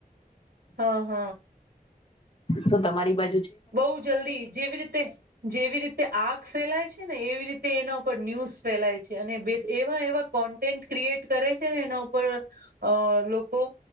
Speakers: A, on the right (about 85°); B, on the left (about 35°).
A: હ હ.
B: શું તમારી બા
A: બઉ જલ્દી જેવી રીતે જેવી રી તે આગ ફેલાય છે ને એવી રીતે એના ઉપર ન્યૂસ ફેલાય છે અને બે એવા એવા કોન્ટેન્ટ ક્રિએટ કરે છે ને એના ઉપર અ લોકો